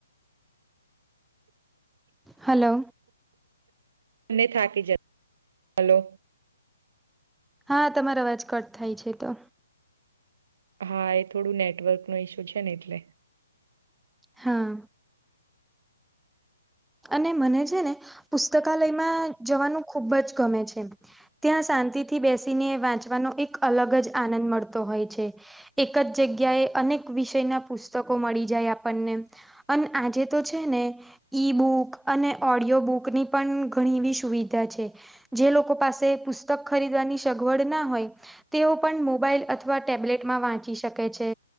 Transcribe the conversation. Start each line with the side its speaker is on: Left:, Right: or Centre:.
Centre: હલો
Right: ને થાકી જત હલો
Centre: હા તમારો અવાજ કટ થાય છે તો
Right: હા એ થોડું નેટવર્કનો ઈશ્યુ છે ને એટલે
Centre: હા અને મને છે ને પુસ્તકાલયમાં જવાનું ખુબ જ ગમે છે ત્યાં શાંતિ થી બેસીને વાંચ વાનો એક અલગ જ આનંદ મળતો હોય છે. એક જ જગ્યાએ અનેક વિષયનાં પુસ્તકો મળી જાય આપનને અન આજે તો છે ને ઈ બુક અને ઓડિયો બુકની પન ઘણી એવી સુવિધા છે. જે લોકો પાસે પુસ્તક ખરીદવાની સગવડ ના હોય તેઓ પન મોબાઈલ અથવા ટેબ્લેટમાં વાંચી શકે છે